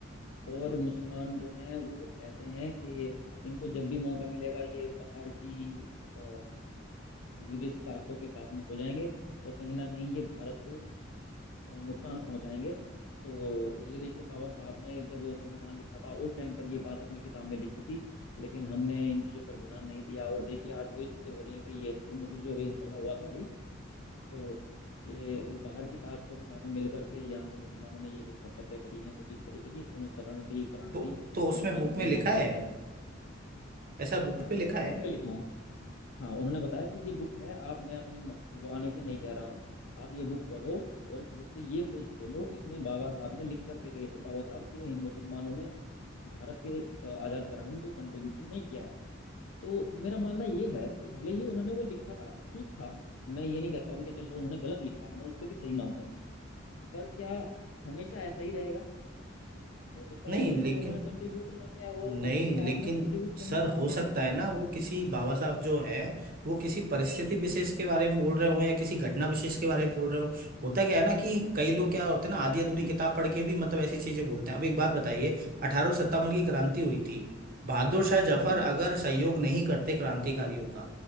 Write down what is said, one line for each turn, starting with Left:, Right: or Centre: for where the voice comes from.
Left: और मुसलमान जो हैं वो ऐसे हैं कि इनको जब भी मौका मिलेगा ये बाहर की अ, विदेशी ताकतों के साथ में हो जाएंगे और कहीं ना कहीं ये भारत को अ, नुकसान पहुंचाएंगे तो ये देखिए बाबा साहब ने जब संविधान लिखा था उस टाइम पर ये बात अपनी किताब में लिखी थी लेकिन हमने इन चीज़ों पर ध्यान नहीं दिया और देखिए आज वही चीज़ें हो रही हैं कि ये मतलब जो अभी हमला हुआ था अभी तो ये बाहर की ताकतों के साथ मिल करके यहाँ के मुसलमानों ने ये कुछ हरकतें करी हैं कुछ इस तरीके की उन्हें शरण दी पनाह
Right: तो
Left: दी
Right: तो उसमें
Left: और आज
Right: बुक
Left: उन्होंने
Right: में लिखा
Left: ये काम
Right: है
Left: किया है
Right: ऐसा बुक
Left: हाँ
Right: पे लिखा है
Left: बुक में लिखा है हाँ उन्होंने बताया कि ये बुक है आप मैं अपनी म- वाणी से नहीं कह रहा हूँ आप ये बुक पढ़ो और इस बुक के ये पेज खोलो इसमें बाबा साहब ने लिख करके गए थे बाबा साहब के मुसलमानों ने भारत के अ, आजाद कराने में कोई कंट्रीब्यूशन नहीं किया है तो मेरा मानना ये है कि भले ही उन्होंने वो लिखा था ठीक था मैं ये नहीं कहता हूँ कि चलो उन्होंने गलत लिखा है मैं उसको भी सही मानता हूँ पर क्या हमेशा ऐसा ही रहेगा हो सकता
Right: नहीं
Left: है उस टाइम
Right: लेकिन
Left: पर उन्होंने कंट्रीब्यूट ना किया हुआ हो,
Right: नहीं
Left: उसके
Right: लेकिन
Left: बाद में कंट्रीब्यूट
Right: सर
Left: करना चाहते
Right: हो सकता
Left: हो
Right: है ना वो किसी बाबा साहब जो हैं वो किसी परिस्थिति विशेष
Left: जी
Right: के बारे में बोल रहे हो या किसी घटना विशेष के बारे में बोल रहे हो होता क्या है ना कि कई
Left: मैं
Right: लोग
Left: वो-
Right: क्या होते हैं ना आधी अधूरी
Left: जी
Right: किताब पढ़ के भी मतलब ऐसी चीजें बोलते हैं अब एक बात बताइए अठारह सत्तावन की क्रांति हुई थी बहादुर शाह जफर
Left: जी जी
Right: अगर
Left: जी
Right: सहयोग नहीं करते क्रांतिकारियों का